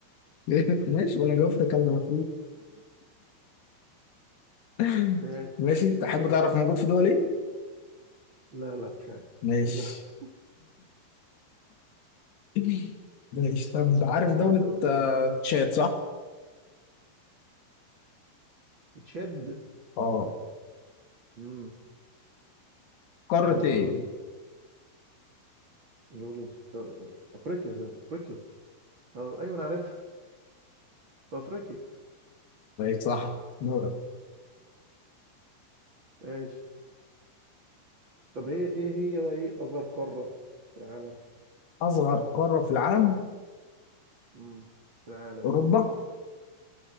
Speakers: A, on the left (about 60°); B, on the right (about 35°).
A: <laughs> ماشي وأنا جاوبت كلمة <laughs>
B: ماشي
A: ماشي تحب
B: لا
A: تعرف موجود في دول ايه؟
B: لا لا مش عايز
A: ماشي
B: مش عايز أعرف
A: <laughs> ماشي طب عارف
B: قول
A: دولة
B: انت بقى السؤال
A: آه، تشاد صح؟
B: تشاد
A: اه
B: امم
A: قارة
B: ايوه
A: ايه؟
B: جملة افريقيا ده افريقيا أه، ايوه انا عارفها في افريقيا
A: ماشي صح دورك
B: ماشي طب هي ايه هي بقى ايه اصغر قارة في العالم
A: أصغر قارة في العالم
B: امم في العالم
A: أوروبا؟
B: اه